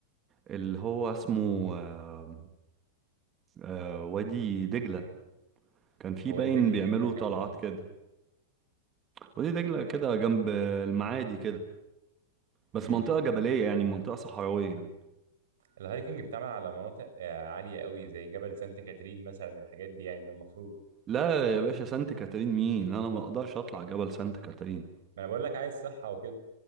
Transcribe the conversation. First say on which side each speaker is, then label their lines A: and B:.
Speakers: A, on the right (about 15°); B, on the right (about 75°).
A: اللي هو اسمه آه، آه، وادي دجلة كان في
B: هو
A: باين
B: وادي دجله
A: بيعملوا
B: فين مكانه
A: طلعات
B: بالظبط
A: كده وادي دجلة كده جنب المعادي كده
B: م-
A: بس منطقة
B: م.
A: جبلية يعني منطقة صحراوية يعني.
B: الهايكنج بتعمل على مناطق آه، عالية قوي زي جبل سانت كاترين مثلا الحاجات دي يعني ده المفروض
A: لا يا باشا سانت كاترين مين انا ما اقدرش اطلع جبل سانت كاترين
B: ما انا بقول لك عايز صحة وكده